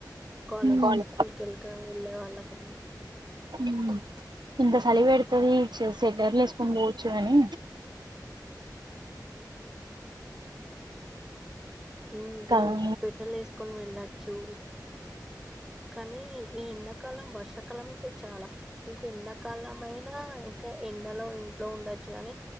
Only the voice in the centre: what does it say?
కాలేజ్
స్కూల్ క కె కెళ్ళే వాళ్ళకైనా
ఉ
స్వెటర్లు వేసుకొని వెళ్ళచ్చు కనీ ఈ ఎండకాలం వర్షాకాలం అయితే చాల ఇంక ఎండాకాలమైనా ఇంక ఎండలో ఇంట్లో ఉండొచ్చు కాని